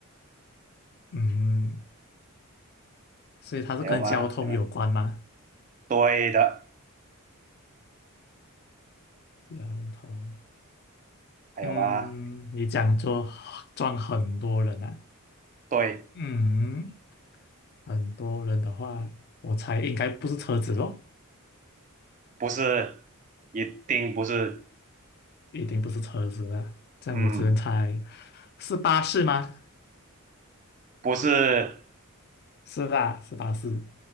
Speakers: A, on the left; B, on the right.
A: 嗯，所以它是跟交通有关吗？
B: 还有吗？还有吗？对的，
A: 掉头，
B: 还有吗？
A: 嗯，你讲就撞很多人啊，
B: 对，
A: 嗯，很多人的话，我猜应该不是车子咯，
B: 不是，一定不是，
A: 一定不是车子了，这样我只能猜
B: 嗯，
A: 是巴士吗？
B: 不是，
A: 是啦，是巴士。